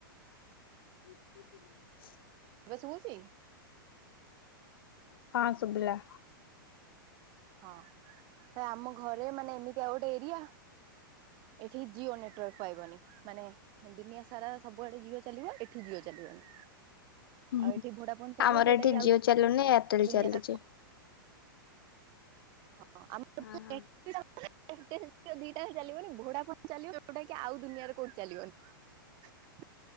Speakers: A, on the left; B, on the right.
A: <unintelligible>
B: ଏବେ ଶୁଭୁଛି?
A: ହଁ ଶୁଭିଲା।
B: ହଁ ଆମ ଘରେ ମାନେ ଏମିତି ଆଉ ଗୋଟେ ଏରିଆ ଏଠି ଜିଓ ନେଟୱାର୍କ ପାଇବନି ମାନେ ଦୁନିଆ ସାରା ସବୁଆଡେ ଜିଓ ଚାଲିବ ଏଠି ଜିଓ ଚାଲିବନି। ଆଉ
A: ହୁ
B: ଏଠି ଭୋଡା ଫୋନ ଚାଲିବ
A: ଆମର
B: ଯୋଉଟା
A: ଏଠି
B: କି ଆଉ
A: ଜିଓ ଚାଲୁନି <unintelligible>
B: ଦୁନିଆ
A: ଚାଲୁଚି।
B: ସାରା ହଁ ଆମର
A: ହଁ
B: <inaudible> ଦିଟାଙ୍କ ଚାଲିବନି ଭୋଡା ଫୋନ୍ ଚାଲିବ ଯୋଉଟା କି ଆଉ ଦୁନିଆରେ କୋଉଠି ଚାଲିବନି।